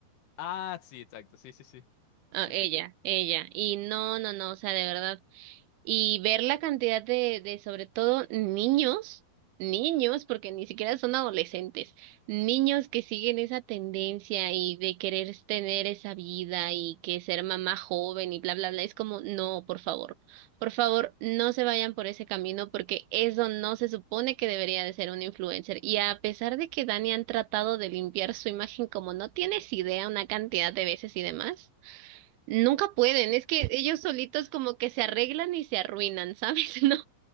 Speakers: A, on the left; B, on the right.
A: Ah, sí, exacto, sí, sí, sí,
B: ah,
A: sí,
B: ella,
A: sí.
B: ella, y no, no, no, o sea, de verdad. y ver la cantidad de, de sobre todo niños, niños, porque ni siquiera son adolescentes, niños que siguen esa tendencia y de querer tener esa vida y que ser mamá joven y bla, bla, bla, es como, no, por favor, por favor, no se vayan por ese camino porque eso no se supone que debería de ser un influencer. Y a pesar de que Dani han tratado de limpiar su imagen como no tienes idea una cantidad de veces y demás. Nunca pueden, es que ellos solitos como que se arreglan y se arruinan, ¿sabes? <laughs> No,